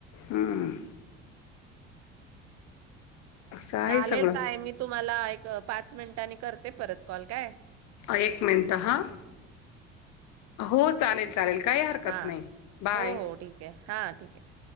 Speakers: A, on the left; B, on the right.
A: हम्म असं आहे
B: चालेल
A: सगळं.
B: ताई मी तुम्हाला एक पाच मिनिटांनी करते परत कॉल काय
A: एक मिनिटं ह हो चालेल. चालेल काही हरकत
B: हा
A: नाही बाय.
B: हो हो ठीक आहे हा ठीक आहे.